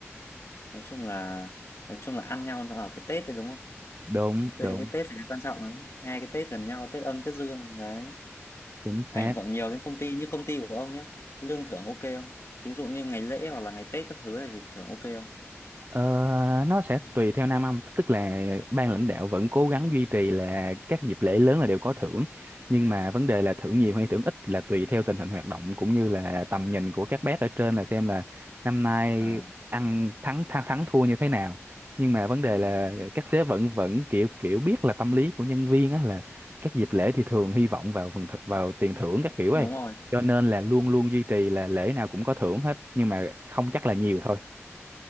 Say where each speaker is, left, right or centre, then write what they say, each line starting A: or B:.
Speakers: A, on the left (about 70°); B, on the right (about 50°).
A: nói chung là nói chung là ăn nhau nó ở cái Tết đấy đúng không
B: đúng
A: tôi
B: đúng
A: thấy cái Tết là cái quan trọng lắm hai cái Tết gần nhau Tết âm Tết dương đấy
B: chính xác
A: ảnh hưởng nhiều đến công ty như công ty của ông nhá lương thưởng ok không thí dụ như ngày lễ hoặc là ngày Tết các thứ này thì thưởng ok không
B: Ờ, nó sẽ tùy theo Nam Âm tức là ban lãnh đạo vẫn cố gắng duy trì là các dịp lễ lớn là đều có thưởng nhưng mà vấn đề là thưởng nhiều hay thưởng ít là tùy theo tình hình hoạt động cũng như là tầm nhìn của các bác ở trên là xem là năm nay
A: à
B: ăn thắng thắng, thắng thua như thế nào nhưng mà vấn đề là các sếp vẫn vẫn kiểu kiểu biết là tâm lý của nhân viên á là các dịp lễ thì thường hy vọng vào phần thưởng- vào tiền thưởng các kiểu
A: đúng
B: ấy
A: rồi
B: cho nên là luôn
A: Ừ,
B: luôn duy trì là lễ nào cũng có thưởng hết nhưng mà không chắc là nhiều thôi